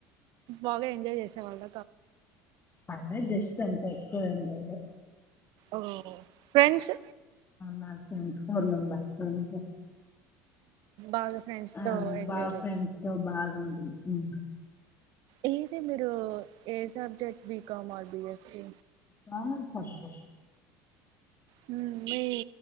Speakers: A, on the right; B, on the left.
A: బాగా ఎంజాయ్ చేసేవాళ్ల
B: అలా జస్ట్ అంత ఎక్కువేం లేదు
A: ఓ ఫ్రెండ్స్
B: నా ఫ్రెండ్స్ ఫోర్ మెంబర్స్ ఓ
A: బాగా ఫ్రెండ్స్
B: ఆ
A: తో ఎంజాయ్
B: బాగా
A: చే
B: ఫ్రెండ్స్ తో బాగుంటు ఉ
A: ఏంది మీరు ఏ subject B comma or B S C
B: common subject
A: హా మీ